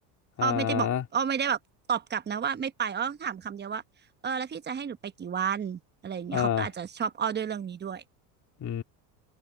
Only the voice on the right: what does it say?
อ้อไม่ได้บอกอ้อไม่ได้แบบตอบกลับนะว่าไม่ไปอ้อถามคำเดียวว่าเออแล้วพี่จะให้หนูไปกี่วันอะไรอย่างเงี้ยเขาก็อาจจะชอบอ้อด้วยเรื่องนี้ด้วย